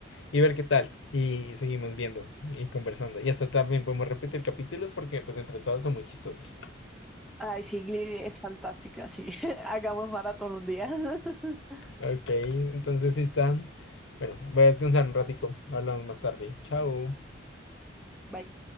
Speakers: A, on the left; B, in the centre.
A: y ver qué tal, y seguimos viendo y conversando, y hasta también podemos repetir capítulos porque pues entre todos son muy chistosos.
B: Ay, sí, Glee es fantástica, sí. <laughs> Hagamos maratón un día. <laughs>
A: Ok, entonces sí está. Bueno, voy a descansar un ratico. Hablamos más tarde. Chao.
B: Bye.